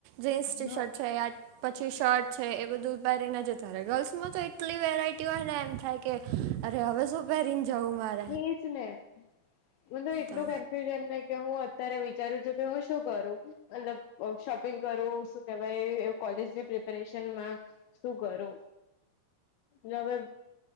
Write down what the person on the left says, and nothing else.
હા
એ જ ને મને એટલું
કન્ફ્યુઝન નહ કે હું અત્યારે વિચારું છું કે હું શું કરું મતલબ શોપિંગ કરવું શું કહેવાય કોલેજની પ્રિપરેશનમાં શું કરુ હવે